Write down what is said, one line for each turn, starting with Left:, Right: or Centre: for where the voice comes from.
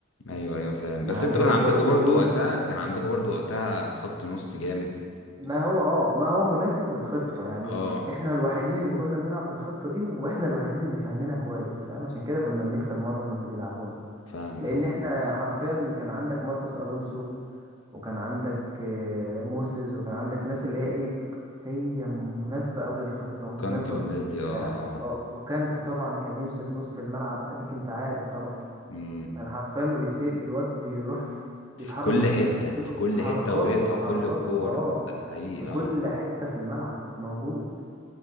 Left: ايوه ايوه فاهم بس
Right: يعني
Left: انتوا
Right: هو
Left: كان عندكم
Right: جوارديولا
Left: برضو وقتها
Right: ذات نفسه
Left: كان عندكم برضو وقتها خط نص جامد
Right: ما هو اه ما هو مناسب للخطة يعني
Left: اه
Right: احنا الوحيدين اللي كنا بنلعب بالخطة دي واحنا الوحيدين اللي فاهمينها كويس فاهم عشان كده كنا بنكسب معظم اللي بيلعبونا
Left: فاهمك
Right: لان
Left: اه
Right: احنا حرفيا كان عندك ماركوس الونسو وكان عندك آه، موسيز وكان عندك ناس اللي هي ايه هي مناسبة أوي للخطة ومناسبة
Left: كانتي والناس
Right: لطريقة
Left: دي اه
Right: اللعب
Left: اه
Right: اه وكانتي طبعا كان يمسك نص الملعب اديك انت عارف طبعا
Left: امم
Right: كان حرفيا ما بيسيب الواد بيروح في-
Left: في
Right: بيتحرك
Left: كل
Right: بص
Left: حتة
Right: كانوا بيجيبوا
Left: في كل
Right: تحركاته
Left: حتة وبيقطع
Right: تحركاته
Left: كل الكور
Right: اه
Left: ده ده حقيقي
Right: في كل
Left: اه
Right: حتة في الملعب موجود